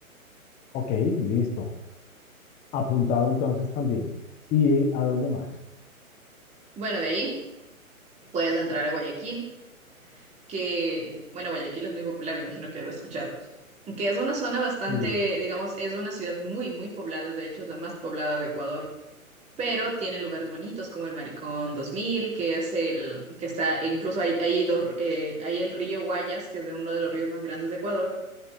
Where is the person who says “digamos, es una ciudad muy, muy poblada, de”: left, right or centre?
Right